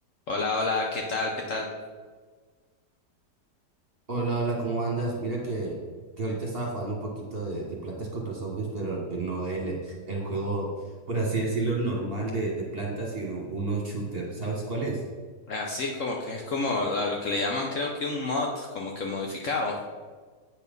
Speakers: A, on the left; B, on the right.
A: Hola, hola, ¿qué tal? ¿Qué tal?
B: Hola, hola, ¿cómo andas? Mira que, que ahorita estaba jugando un poquito de, de Plantas contra Zombies, pero que no el, el juego, por así decirlo, normal de, de plantas, sino uno shooter. ¿Sabes cuál es? <laughs>
A: Así como que es como la- lo que le llaman, creo que un mod, como que modificado,